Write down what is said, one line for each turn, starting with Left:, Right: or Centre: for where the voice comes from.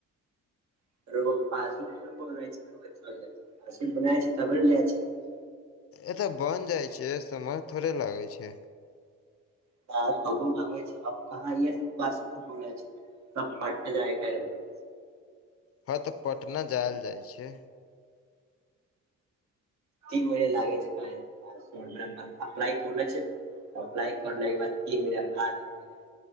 Right: <unintelligible>
Left: ऐ तऽ बन जाइ छै समय थोड़े लागै छै
Right: <unintelligible>
Left: हऽ तऽ पटना जायल जाइ छै
Right: तीन महिने लागे छै काइदै में पासपोर्ट अप्लाय करनै छियै न अप्लाय करने केँ बाद तीन महीना पर आ जतै